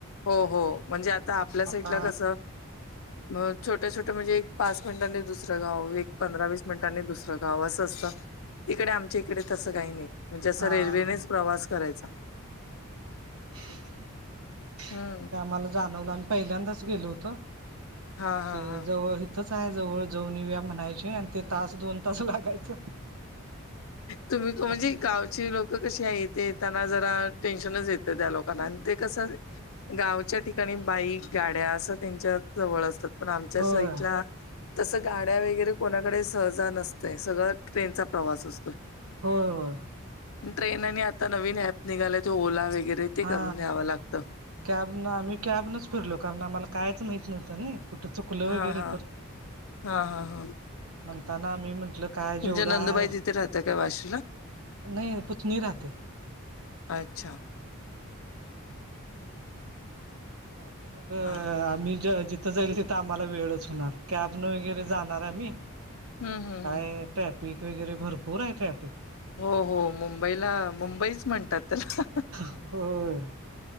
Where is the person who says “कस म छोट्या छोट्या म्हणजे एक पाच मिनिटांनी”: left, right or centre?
Left